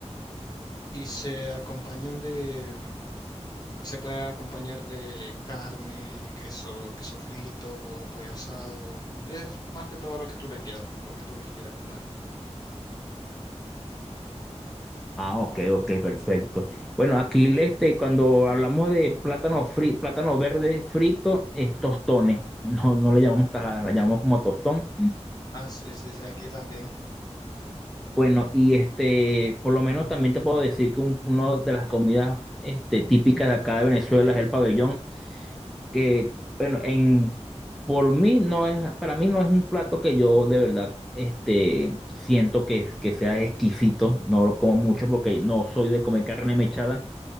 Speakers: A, on the left; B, in the centre.
A: Y se acompañan de, mm, se pueden acompañar de carne, queso, queso frito, pollo asado. Es más que todo lo que tú le quieras, lo que tú le quieras poner.
B: Ah, ok, ok, perfecto. Bueno, aquí este, cuando hablamos de plátano fri- plátano verde frito, es tostones. No, no le llamamos tajada, la llamamos como tostón.
A: Ah, sí, sí, sí, aquí también.
B: Bueno, y este, por lo menos también te puedo decir que un- una de las comidas este, típicas de acá de Venezuela es el pabellón, que, bueno, en, por mí no es, para mí no es un plato que yo de verdad este, siento que, que sea exquisito, no lo como mucho porque no soy de comer carne mechada,